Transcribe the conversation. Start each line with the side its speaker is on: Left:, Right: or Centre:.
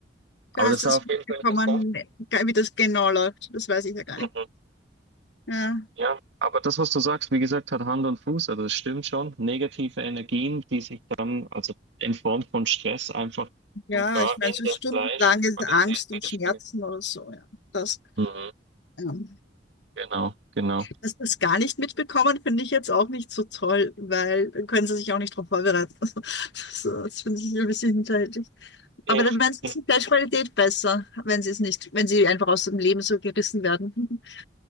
Right: aber
Left: Du hast
Right: das
Left: das
Right: war auf
Left: mitbekommen,
Right: jeden Fall interessant.
Left: ge- wie das genau läuft. Das weiß ich ja gar
Right: Mhm.
Left: nicht. Ja,
Right: Ja, aber das, was du sagst, wie gesagt, hat Hand und Fuß, also das stimmt schon. Negative Energien, die sich dann, also in Form von Stress, einfach
Left: ja
Right: sogar
Left: ich meine,
Right: in
Left: so
Right: der
Left: stundenlange
Right: Fleischqualität
Left: Angst
Right: widerspiegeln.
Left: und Schmerzen oder so. Ja. Das,
Right: Mhm.
Left: ähm,
Right: Genau, genau.
Left: dass das gar nicht mitbekommen, finde ich jetzt auch nicht so toll, weil dann können sie sich auch nicht darauf vorbereiten. <laughs> Also, das, das finde ich ein bisschen hinterhältig.
Right: Ja,
Left: Aber dann wäre es
Right: das,
Left: ist die Fleischqualität besser, wenn sie es nicht, wenn sie einfach aus dem Leben so gerissen werden. <laughs>